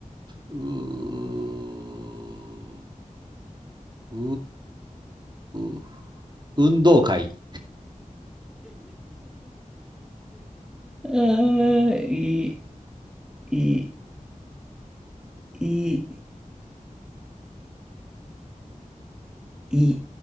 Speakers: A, on the right (about 30°); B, in the centre.
A: うー、うー、運動会、
B: あー、い、い、い、い、い、